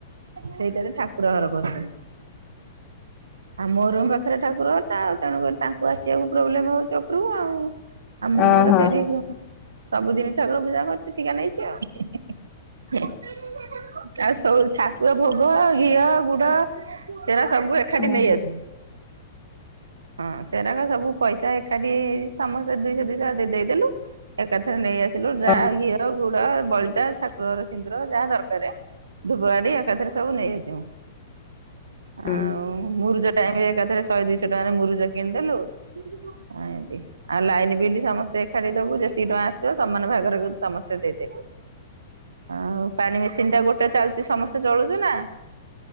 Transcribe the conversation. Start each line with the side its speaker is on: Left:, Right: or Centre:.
Right: ସେଇଟାରେ ଠାକୁର ଘର କରୁଚନ୍ତି। ଆଉ ମୋ ରୁମ୍ ପାଖରେ ଠାକୁର ଘରଟା ତେଣୁକରି ତାଙ୍କୁ ଆସିବାକୁ ପ୍ରୋବ୍ଲେମ ହୋଉଚି ଓପରକୁ ଆଉ। ଆଉ ମୁଁ
Left: ଓହୋ
Right: ମୋର ସେଠି ସବୁଦିନ ଠାକୁର ପୂଜା କରଚୁ ଟିକା ନେଇଚୁ ଆଉ। ଆଉ ସବୁ ଠାକୁର ଭୋଗ ଘିଅ, ଗୁଡ ସେଟା ସବୁ ଏକାଠି
Left: ଓହୋ
Right: ନେଇ ଆସ। ହଁ ସେଟାକ ସବୁ ପଇସା ଏକାଠି ସମସ୍ତେ ଦୁଇଶହ ଦୁଇଶହ ଦେ ଦେଇଦେଲୁ ଏକାଥରେ ନେଇ ଆସିଲୁ ଯାହା
Left: ଓହୋ
Right: ଘିଅ ଗୁ ବଳିତା ଠାକୁରର ସିନ୍ଦୁର ଯାହା ଦରକାର ଧୁବ ଆଡି ଏକାଥରେ ସବୁ ନେଇ ଆସିବୁ।
Left: ହୁଁ।
Right: ଆଉ ମୁରୁଜ ଟାଇମ ରେ ଏକାଥରେ ଶହେ ଦୁଇଶହ ଟଙ୍କାରେ ମୁରୁଜ କିଣିଦେଲୁ ଏମତି ଆଉ ଲାଇନ ବିଲ ସମସ୍ତେ ଏକାଠି ଦବୁ ଯେ ତିକି ଟଙ୍କା ଆସିଥିବ ସମାନ ଭାଗରେ ସମସ୍ତେ ଦେଇଦେଲୁ। ଆଉ ପାଣି ମେସିନ ଟା ଗୋଟେ ଚାଲୁଛି ସମସ୍ତେ ଚଳୁଛୁ ନା